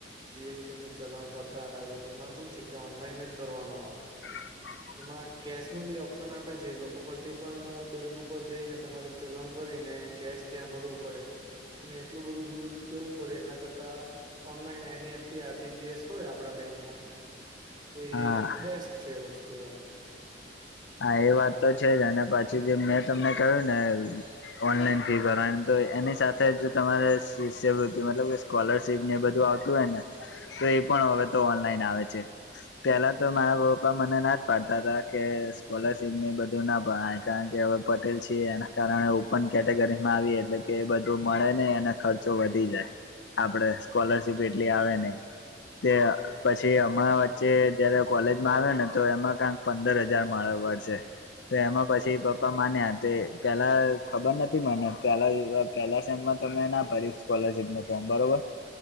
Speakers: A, on the right; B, on the left.
A: જીએસટી નું ચલણ બતા હતા તો, તેમાં શું છે કે, ઓનલાઈન જ ભરવાનું આવે.
B: હા.
A: એમાં કેશ નું બી ઓપ્શન આપે છે, એ લોકો પણ તે પણ બેંક ઉપર જઈને, તમારે ચલણ ભરીને કેશ. ત્યાં ભરવું પડે. અને એટલું બધું દૂર જવું પડે, એના કરતા. ઓનલાઈન એનએફટી આપતી જઈએ હોય, આપણા બેંકમાં. તો
B: હા
A: એ બેસ્ટ છે, વસ્તુ એમ.
B: હા એ વાત તો છે જ, અને પછી જે મેં તમને કહ્યું ને. ઓનલાઈન ફી ભરવાની તો, એની સાથે જ તમારે શિષ્યવૃતિ મતલબ. સ્કોલરશીપ ને, એ બધું આવતું હોય ને, તો એ પણ હવે તો ઓનલાઈન આવે છે. પેલા તો મારા પપ્પા મને ના જ પાડતા હતા કે. સ્કોલરશીપ બધું ના ભણાય, કારણ કે હવે પટેલ છે, એના કારણે ઓપન કેટેગરીમાં આવી એટલે. કે એ બધું મળે નહી, અને ખર્ચો વધી જાય, આપડે સ્કોલરશીપ એટલી આવે નહીં. તે પછી હમણાં વચ્ચે જયારે કોલેજમાં આવ્યો ને, તો એમાં કંક પંદર હજાર. મા વાડ છે <unintelligible> તો એમાં પછી પપ્પા માન્યા તે, પેલા ખબર નથી મને પેલા. પેલામાં તમે ના સ્કોલશપ નું ફોર્મ બરોબર,